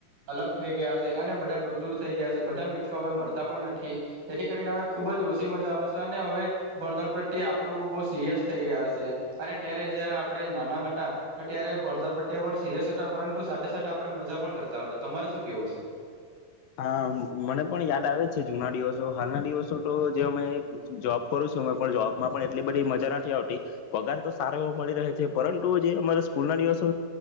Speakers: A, on the right; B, on the left.
A: અલગ થઈ ગયા હસે અને બધા દૂર દૂર થઈ ગયા હસે બધા મિત્રો હવે મળતા પણ નથી, તેથી કરીને હવે ખુબ જ ઓછી મજા આવે છે અને હવે ભણતર પ્રત્ય આપડું બહુ સિરિયસ થઈ ગયા હસે અને ત્યારે જયારે આપડણે નાના હટા ટો ત્યારે ભણટર પ્રત્ય આપણે સિરિયસ હતા પરંતુ સાથે સાથે આપણે મજા પણ કરતા <unintelligible> તમારે શું કેવું છે?
B: હા મને પણ યાદ આવે છે જૂના દિવસો. હાલના દિવસો તો જે અમે જોબ કરું છું અ પણ જોબમાં પણ એટલી બધી મજા નથી આવટી, પગાર તો સારો એવો મળી રહે છે પરંતુ જે અમારે સ્કૂલ ના દિવસો